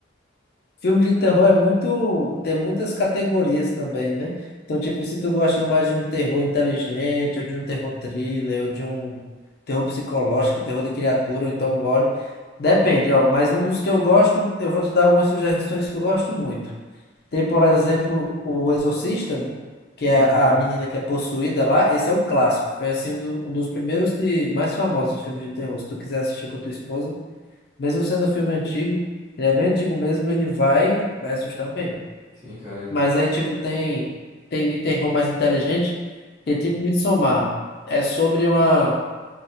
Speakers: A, on the left; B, on the right.
A: filme de terror é muito. Tem muitas categorias também, né? Então, tipo, se tu gosta mais de um terror inteligente, ou de um terror thriller, ou de um terror psicológico, terror de criatura, ou então gore. Depende, ó. Mas um dos que eu gosto, eu vou te dar algumas sugestões que eu gosto muito. Tem, por exemplo, o Exorcista, né? Que
B: Ah,
A: é a menina que é possuída lá. Esse é um clássico. Foi assim um, do- um dos primeiros de mais famosos de filme de terror. Se tu quiser assistir com a tua esposa, mesmo sendo um filme antigo, ele é bem antigo mesmo, ele vai, vai assustar bem.
B: sim, cara.
A: Mas aí, tipo, tem, tem de terror mais inteligente, que é tipo Midsommar. É sobre uma,